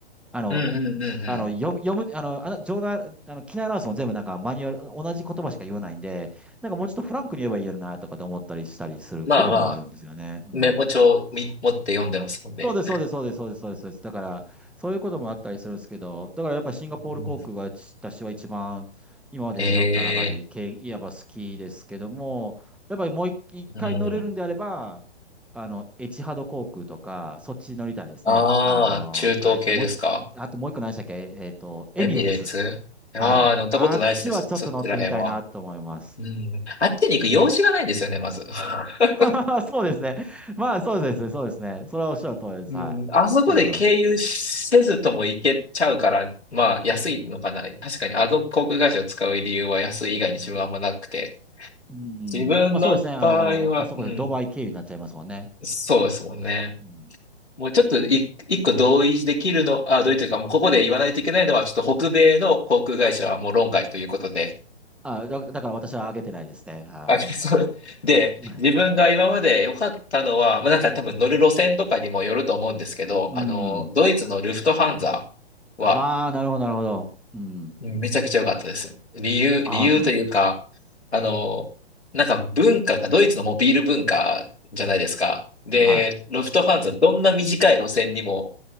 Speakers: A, in the centre; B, on the left.
A: あの、
B: うんうんうんうん。
A: あの、読む、読む、あの、あの、場内、あの、機内アナウンスも全部なんかマニュアル、同じ言葉しか言わないんで、なんかもうちょっとフランクに言えばいいよなとかと思ったりしたりすることもあるんですよね。
B: まあまあ、
A: うん。
B: メモ帳み持って読んでますもんね。
A: そうです、そうです、そうです、そうです、そうです。そうですだから、そういうこともあったりするんですけど、だからやっぱシンガポール航空が私は一番今まで乗った中で、
B: <laughs> ええ
A: けいわば好きですけども、やっぱりもう一一回乗れるんであれば、
B: うん。
A: あの、エチハド航空とか、そっち乗りたいですね。
B: ああ、
A: あの、
B: 中東系ですか。
A: えっと、もう一、あともう一個何でしたっけえっと、エミレーツ。
B: エミレーツああー、
A: はい。
B: 乗ったことないですね、
A: あっちはちょっと乗ってみたいなと思います。
B: そ、そっちら辺は。うん。あっちに行く用事がないんですよね、まず。<laughs>
A: <laughs> そうですね。まあ、そうですね、そうですね。それはおっしゃる通りです。
B: うん、
A: はい。
B: あそこで経由せずとも行けちゃうから、
A: うん。
B: まあ安いのかな。確かにあの航空会社を使う理由は安い以外に自分はあんまなくて。
A: うん。
B: 自分の場合は、
A: まあそうですね。あの、あそこでドバイ経由になっちゃいますもんね。
B: うん、そうですもんね。
A: うん、
B: もうちょっとい一個同意できるの、あ、同意というか、もうここで言わないといけないのは、ちょっと北米の航空会社はもう論外ということで。
A: あ、だ、だから私は上げてないですね。は
B: あ、そう。で、
A: い。
B: 自分が今まで良かったのは、まあなんか多分乗る路線とかにもよると思うんですけど、
A: うん。
B: あの、ドイツのルフトハンザ、は
A: ああ、なるほど、なるほど。うん。
B: めちゃくちゃ良かったです。理由、理由というか、
A: ああ、そうなんです。
B: あの、なんか文化が、ドイツのもうビール文化じゃないですか。で、
A: はい。
B: ロフトファンズはどんな短い路線にも